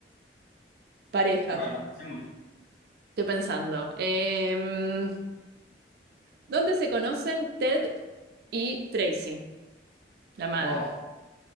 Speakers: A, on the right; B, on the left.
A: pareja.
B: Bueno, hacemos una.
A: Estoy pensando. Em, ¿dónde se conocen Ted y Tracy, la madre?
B: Oh.